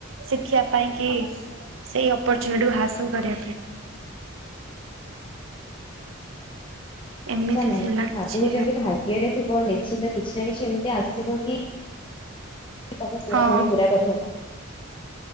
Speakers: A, on the right (about 80°); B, on the left (about 25°).
A: ଶିଖିବା ପାଇଁ କି ସେଇ ଅପରଚୁନିଟିକୁ ହାସଲ କରିବା ପାଇଁ ଏମିତି
B: ତ ନାହିଁ
A: ଥିଲା କିଛି
B: ଆପୁ ଯଦି ଭାଗ୍ୟରେ ଥିବ ନିଶ୍ଚିନ୍ତ କିଛି ନା କିଛି ଏମିତି ଆସିବ କି ତମେ ପୁରା
A: ଆଉ
B: ପୁଣି ପୁରା କରିହବ।